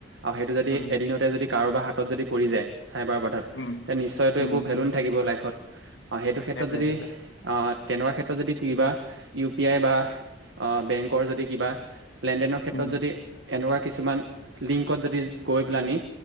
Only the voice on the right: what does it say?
আৰু সেইটো যদি
এদিনতে যদি কাৰোবাৰ হাত হাতত যদি পৰি যায় চ
তে নিশ্চয়তো
একো ভেলু নাথাকিব লাইফত অ' সেইটো ক্ষেত্ৰত
যদি
অ' তেনেকুৱা ক্ষেত্ৰত যদি কিবা ইউ পি আই বা বেংকৰ যদি কিবা লেনদেনৰ ক্ষেত্ৰত
যদি এনেকুৱা কিছুমান লিংকত যদি গৈ পেলানি